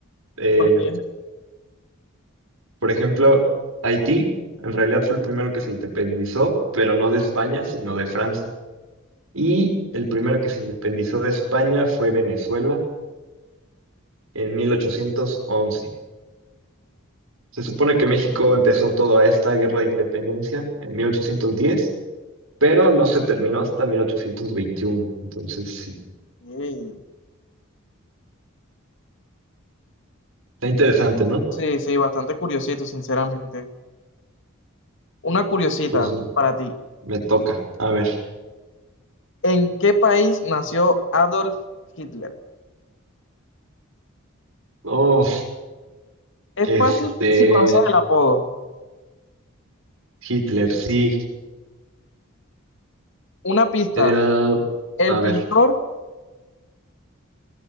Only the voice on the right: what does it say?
Eh,
por ejemplo, Haití en realidad fue el primero que se independizó, pero no de España, sino de Francia. Y el primero que se independizó de España fue Venezuela en 1811. Se supone que México empezó toda esta guerra de independencia en 1810, pero no se terminó hasta mil ochocientos veintiuno. Entonces, sí,
está interesante, ¿no?
Pues
me toca. A ver.
Oh,
este,
Hitler, sí,
era,
a
ver,